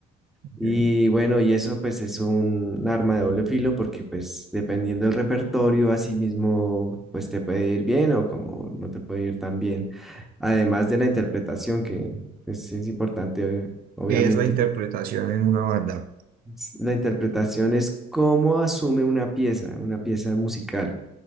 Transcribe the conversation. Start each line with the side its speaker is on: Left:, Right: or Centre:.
Right: Ok.
Centre: Y bueno, y eso pues es un arma de doble filo porque pues dependiendo del repertorio, así mismo pues te puede ir bien o como no te puede ir tan bien. Además de la interpretación, que es, es importante, eh, obviamente.
Right: ¿Qué es la interpretación
Centre: tú-
Right: en una banda?
Centre: s- La interpretación es cómo asume una pieza, una pieza musical,